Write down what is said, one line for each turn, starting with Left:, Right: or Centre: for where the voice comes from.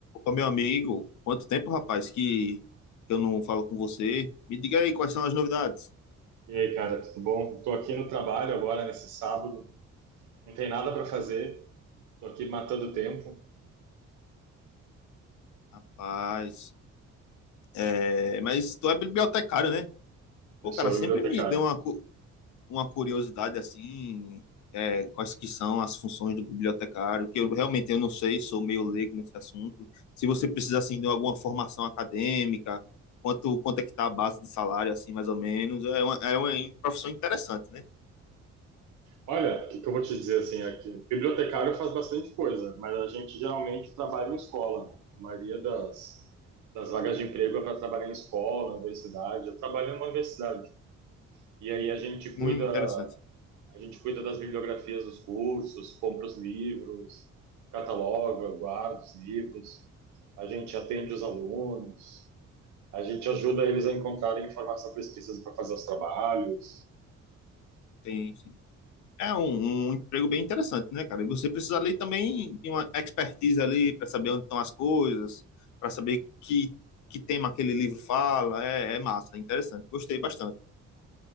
Left: Ô, meu amigo, quanto tempo, rapaz, que que eu não falo com você. Me diga aí quais são as novidades.
Right: E aí, cara, tudo bom? Tô aqui no trabalho agora, nesse sábado. Não tem nada para fazer. Tô aqui matando tempo.
Left: Rapaz, é, mas tu é bibliotecário, né?
Right: Eu
Left: Pô,
Right: sou
Left: cara,
Right: bibliotecário.
Left: sempre me deu uma, cu- uma curiosidade assim, é, quais que são as funções do bibliotecário, que eu realmente eu não sei, sou meio leigo nesse assunto. Se você precisa assim de alguma formação acadêmica, quanto quanto é que tá a base de salário assim, mais ou menos, é uma, é uma profissão interessante, né?
Right: Olha, o que que eu vou te dizer assim aqui? Bibliotecário faz bastante coisa, mas a gente geralmente trabalha em escola, né? A maioria das, das vagas de emprego é para trabalhar em escola, universidade. Eu trabalho numa universidade. E aí a gente cuida,
Left: Hum, interessante.
Right: a gente cuida das bibliografias dos cursos, compra os livros, cataloga, guarda os livros. A gente atende os alunos. a gente ajuda eles a encontrarem a informação que eles precisam para fazer os trabalhos.
Left: Tem, sim. É um, um emprego bem interessante, né, cara? E você precisa ali também de uma expertise ali para saber onde estão as coisas, para saber que, que tema aquele livro fala. É, é massa, é interessante. Gostei bastante.